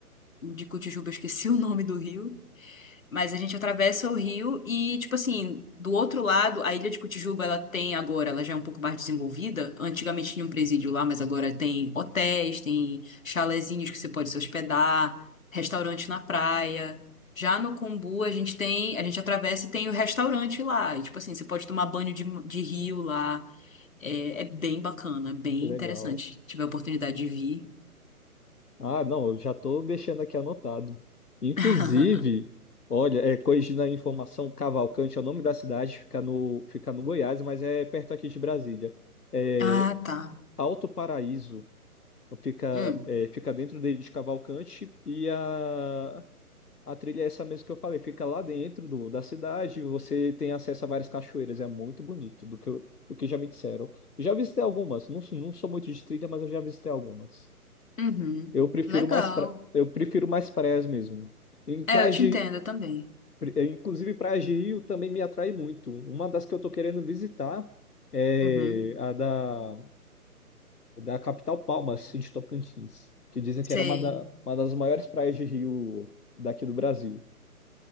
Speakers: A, on the left (about 60°); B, on the left (about 80°).
A: De Cotijuba, eu esqueci <laughs> o nome do rio. Mas a gente atravessa o rio e, tipo assim, do outro lado, a ilha de Cotijuba, ela tem agora, ela já é um pouco mais desenvolvida. Antigamente tinha um presídio lá, mas agora tem hotéis, tem chalezinhos que você pode se hospedar, restaurante na praia. Já no Cumbu, a gente tem, a gente atravessa e tem o restaurante lá. E, tipo assim, você pode tomar banho de, de rio lá. É, é bem bacana, é bem
B: Legal.
A: interessante. Tive a oportunidade de vir.
B: Ah, não, eu já estou deixando aqui anotado. Inclusive,
A: <laughs>
B: olha, é, corrigindo a informação, Cavalcante é o nome da cidade, fica no, fica no Goiás, mas é perto aqui de Brasília. É
A: Ah, tá.
B: Alto Paraíso, fica,
A: Hum.
B: é, fica dentro de, de Cavalcante e a, A trilha é essa mesmo que eu falei, fica lá dentro do- da cidade, você tem acesso a várias cachoeiras, é muito bonito, do que, eu- do que já me disseram. Já visitei algumas, não, sou- não sou muito de trilha, mas eu já visitei algumas.
A: Uhum.
B: Eu prefiro
A: Legal.
B: mais, pra, eu prefiro mais praias mesmo. Em praias
A: É, eu te
B: de,
A: entendo eu também.
B: pri- eh, inclusive praias de Rio também me atrai muito. Uma das que eu tô querendo visitar é
A: Uhum.
B: a da, da capital Palmas, de Tocantins, que dizem que
A: Sei.
B: era uma, da- uma das maiores praias de Rio daqui do Brasil.